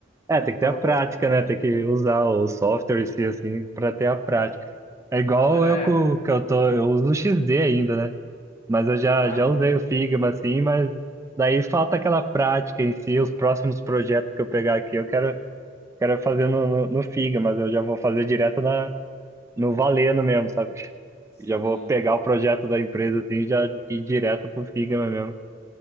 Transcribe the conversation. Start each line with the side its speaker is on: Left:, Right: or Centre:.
Right: É,
Left: E
Right: tem
Left: tô.
Right: que ter a prática, né? Tem que usar o software em si, assim, pra ter a prática. É igual
Left: É,
Right: eu co- que eu tô, eu uso o XD ainda, né? Mas eu já,
Left: cara,
Right: já usei
Left: eu não.
Right: o Figma, assim, mas daí falta aquela prática em si. Os próximos projetos que eu pegar aqui, eu quero, quero fazer no, no, no Figma, mas eu já vou fazer direto na, no Valeno mesmo, sabe?
Left: Sim.
Right: Já vou pegar o projeto da empresa, assim, e já ir direto pro Figma mesmo.